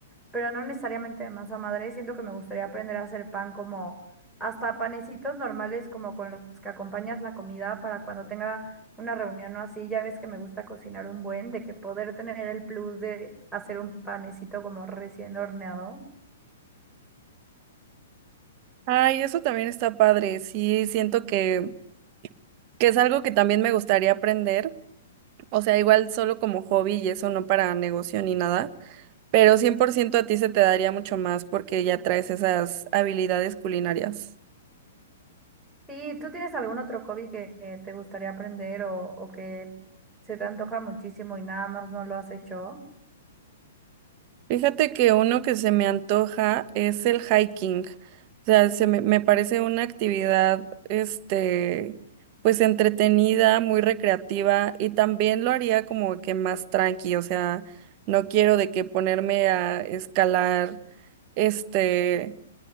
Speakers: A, in the centre; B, on the right.
A: pero no necesariamente de masa madre. Siento que me gustaría aprender a hacer pan como hasta panecitos normales, como con los que acompañas la comida para cuando tenga una reunión o así. Ya ves que me gusta cocinar un buen, de que poder tener el plus de hacer un panecito como recién horneado.
B: Ay, eso también está padre. Sí, siento que, que es algo que también me gustaría aprender. O sea, igual solo como hobby y eso no para negocio ni nada. Pero 100% a ti se te daría mucho más porque ya traes esas habilidades culinarias.
A: Sí, ¿tú tienes algún otro hobby que, que te gustaría aprender o, o que se te antoja muchísimo y nada más no lo has hecho?
B: Fíjate que uno que se me antoja es el hiking. O sea, se me, me parece una actividad, este, pues entretenida, muy recreativa y también lo haría como que más tranqui. O sea, no quiero de que ponerme a escalar, este